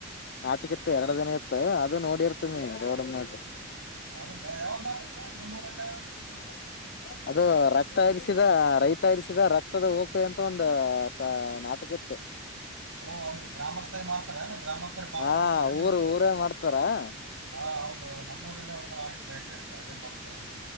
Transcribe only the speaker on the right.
ಹೌದಾ ಯಾವ್ದು ನಾಟಕ ನಿಮ್ಮ ಊರಲ್ಲಿ
ಓ ಅಲ್ಲಿ ಗ್ರಾಮಸ್ಥರ ಮಾಡ್ತಾರೆ ಏನ ಗ್ರಾಮಸ್ಥರ ಪಾತ್ರ
ವಹಿಸ್ತಾರ ಏನ
ಇಲ್ಲಿ
ಹಾ ಹೌದ ಹೌದು ನಮ್ಮೂಊರಲ್ಲ ಒಸರ ಆಗಿದ್ರಟ ಅದೇನ್ ಮಾಡ್ತ ನ